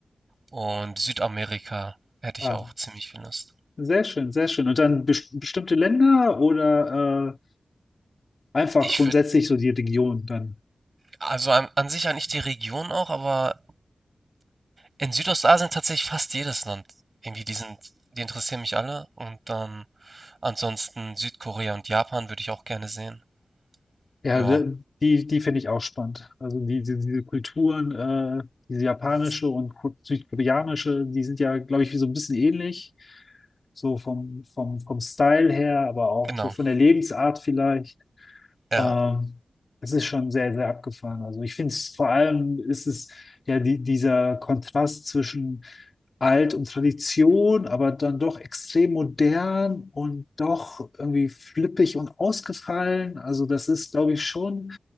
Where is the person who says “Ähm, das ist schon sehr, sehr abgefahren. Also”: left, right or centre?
Left